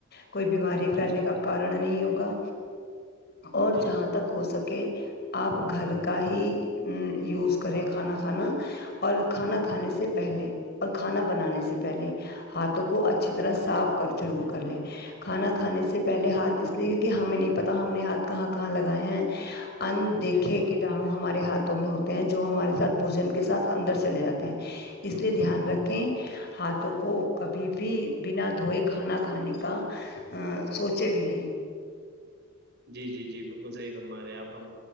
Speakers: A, on the left; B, on the right.
A: کوئی بیماری
B: ہاں
A: پھیلنے
B: جی
A: کا کارن نہیں ہوگا اور
B: ہاں
A: جہاں
B: جی
A: تک ہو سکے آپ گھر کا ہی یوز کریں کھانا کھانا اور کھانا کھانے سے پہلے اور کھانا بنانے سے پہلے ہاتھ دھو کو اچھی طرح صاف کر ضرور کر لیں کھانا کھانے سے پہلے ہاتھ اس لیے کہ ہمیں نہیں پتا ہمنیں ہاتھ کہاں کہاں لگائے ہیں ان
B: ہاں
A: دیکھے
B: جی ہاں جی
A: کیٹانو ہمارے ہاتھوں میں ہوتے ہیں جو ہمارے ساتھ بھوجن کے ساتھ اندر چلے جاتے ہیں اس لیے دھیان رکھیں ہاتھوں کو کبھی بھی بنا دھوئے کھانا کھانے کا سوچے بھی نہیں
B: جی جی جی بالکل صحیح فرما رہے ہیں آپ ہم